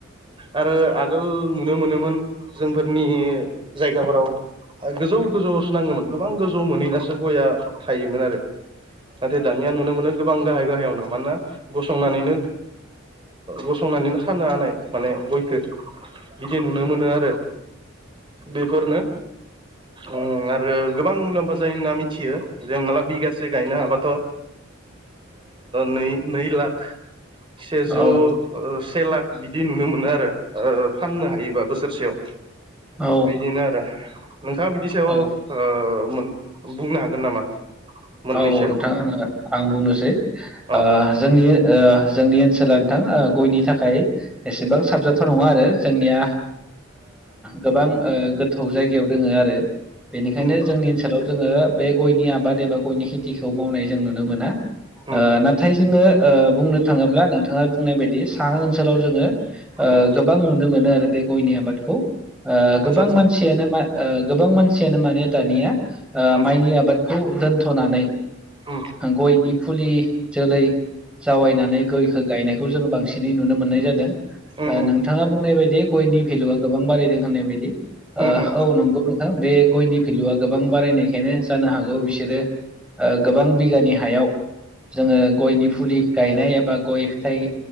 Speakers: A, on the right; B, in the centre.
A: आरोल आगोल नुनो मोनोमोन जोंफोरनि जायगाफोराव गोजौ गोजौसो नाङोमोन गोबां गोजौ मोनहैनासो गआ थायोमोन आरो। नाथाय दानिया नुनो मोनो गोबां गाहाय गाहायावनो। मानोना गसंनानैनो गसंनानैनो खानो हानाय माने गयखौ। बिदि नुनो मोनो आरो बेफोरनो उ आरो गोबां मुलाम्फा जायो होनना मिथियो जे हना ला बिगासे गायनो हाबाथ' नै नै लाख सेजौ
B: औ
A: से लाख बिदि नुनो मोनो आरो फाननो हायोबा बोसोरसेयाव।
B: औ
A: बिदिनो आरो नोंथाङा बिदि सायाव
B: औ
A: मोन बुंनो हागोन नामा मोननैसो
B: औ नोंथां आङो आं बुंनोसै।
A: अ अ
B: जोंनि जोंनि ओनसोला नोंथां गयनि थाखाय एसेबां साबजाथाव नङा आरो जोंनिया गोबां गोथौ जायगायाव दोङो आरो बेनिखायनो
A: उम
B: जोंनि ओनसोलाव जोङो बे गयनि आबाद बाद एबा गयनि खेथिखौ मावनाय जों नुनो मोना
A: उम
B: नाथाय नाथाय जोङो बुंनो थाङोब्ला नोंथाङा बुंनाय बायदि साहा ओनसोलाव जोङो
A: उम
B: गोबां नुनो मोनो आरो बे गयनि आबादखौ गोबां
A: आतसा आतसा
B: मानसि गोबां मानसियानो माने दानिया
A: उम
B: माइनि आबाद खौ दोनथ'नानै
A: उम
B: गयनि फुलि जोलै जावैनानै
A: उम
B: गयखौ गायनायखौ जोंङो बांसिनै नुनो मोननाय जादों।
A: उम
B: नोंथांङा बुंनाय बायदि गयनि भेलुआ गोबां बारायदों होननाय बायदि?
A: उम उम
B: औ नंगौ नोंथां बे गयनि भेलुआ गोबां बारायनायखायनो जानो हागौ बिसोरो। गोबां बिगानि हायाव जोंङो गयनि फुलि गायनाय एबा गय फिथाइ